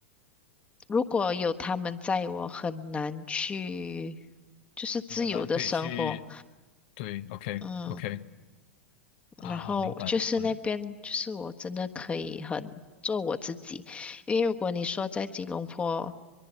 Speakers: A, on the left; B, on the left.
A: 如果有他们在，我很难去，就是自由的生活。
B: 你很难可以去对，OK
A: 嗯，
B: OK 啊，
A: 然后就是那边，
B: 明白明白
A: 就是我真的可以很做我自己。因为如果你说在吉隆坡，